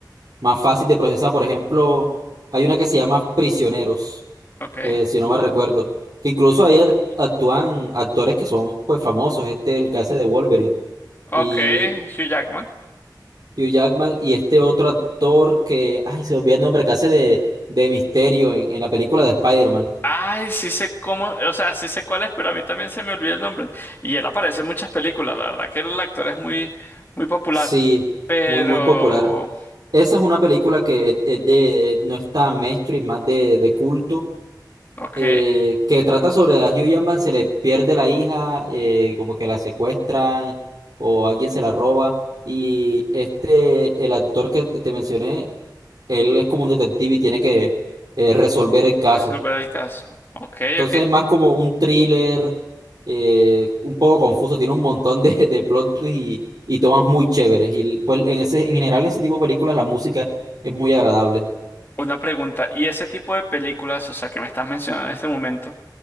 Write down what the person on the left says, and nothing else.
Ok.
Ok,
Hugh Jackman.
Ay, sí sé cómo, o sea, sí sé cuál es, pero a mí también se me olvida el nombre. Y él aparece en muchas películas, la verdad que el actor es muy, muy popular.
Pero,
ok,
resolver el caso. Ok,
ok.
Una pregunta, ¿y ese tipo de películas, o sea, que me estás mencionando en este momento,